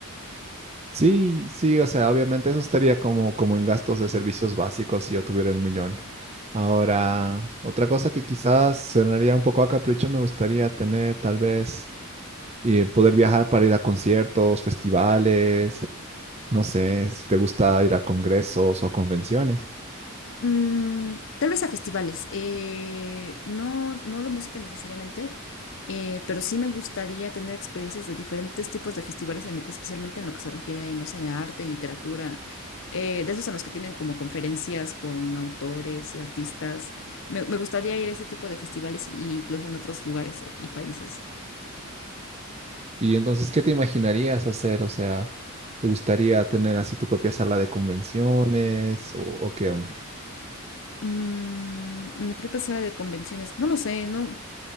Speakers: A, on the right; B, on the left.
A: Sí, sí, o sea, obviamente eso estaría como, como en gastos de servicios básicos si yo tuviera el millón. Ahora, otra cosa que quizás sonaría un poco a capricho, me gustaría tener tal vez eh, poder viajar para ir a conciertos, festivales, no sé, si te gusta ir a congresos o a convenciones.
B: Mm, tal vez a festivales, eh, no, no de música necesariamente, eh, pero sí me gustaría tener experiencias de diferentes tipos de festivales, en- especialmente en lo que se refiere, no sé, a arte, literatura, eh, de esos en los que tienen como conferencias con autores y artistas. Me, me gustaría ir a ese tipo de festivales y incluso en otros lugares y países.
A: Y entonces, ¿qué te imaginarías hacer? O sea, ¿te gustaría tener así tu propia sala de convenciones o, o qué onda?
B: Mm, mi propia sala de convenciones, no lo sé, no.